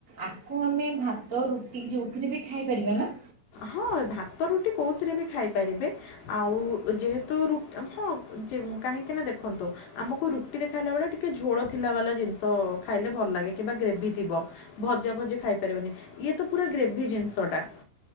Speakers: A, on the right (about 35°); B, on the left (about 65°).
A: ଆକୁ ଆମେ ଭାତ ରୁଟି ଯଉଥିରେ ବି ଖାଇପାରିବା ନା?
B: ହଁ ଭାତ ରୁଟି କଉଥିରେ ବି ଖାଇପାରିବେ। ଆଉ ଯେହେତୁ ରୁଟ୍-ହଁ ଯେ କାହିଁକି ନା ଦେଖନ୍ତୁ ଆମକୁ ରୁଟି ରେ ଖାଇଲା ବେଳେ ଟିକେ ଝୋଳ ଥିଲା ବାଲା ଜିନିଷ ଖାଇଲେ ଭଲ ଲାଗେ କିମ୍ବା ଗ୍ରେଭି ଥିବ। ଭଜା ଭଜି ଖାଇପାରିବେନି ଇଏ ତ ପୁରା ଗ୍ରେଭି ଜିନିଷଟା।